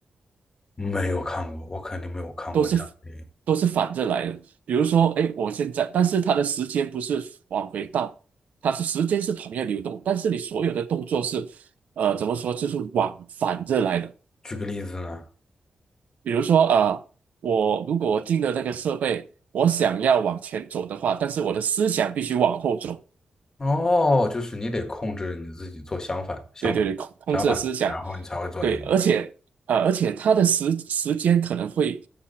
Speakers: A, on the left (about 25°); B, on the right (about 75°).
A: 没有看过，我肯定没有看过这样的电影。
B: 都是都是反着来的。比如说，哎，我现在，但是它的时间不是往回倒，它是时间是同样流动，但是你所有的动作是，呃，怎么说，就是往反着来的。
A: 举个例子呢，
B: 比如说，呃，我如果我进了那个设备，我想要往前走的话，但是我的思想必须往后走。
A: 哦，就是你得控制你自己做相反、相反、
B: 对对对，控控制的思想，
A: 相反的然后你才会做那个
B: 对，而且呃，而且他的时时间可能会，